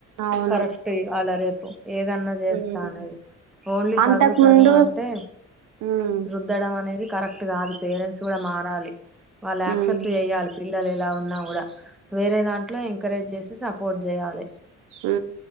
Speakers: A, on the right; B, in the centre.
A: అవును
B: కరెక్ట్ అలరే ఏదన్నా జెస్తా
A: ఉమ్
B: అనేది ఓన్లీ
A: అంతకు
B: చదువు చదువు
A: ముందు
B: అంటే
A: ఉమ్
B: రుద్దడం అనేది కరెక్ట్ అట్ కాదు పేరెంట్స్ గుడ మారాలి వాల్లక్సెప్ట్
A: ఉమ్
B: జెయ్యాలి పిల్లలు ఎలా ఉ ఉన్నా గుడా వేరే దా ఇట్ల ఎంకరేజ్ జెస్తే సప్ సపోర్ట్ జెయాలే
A: ఉ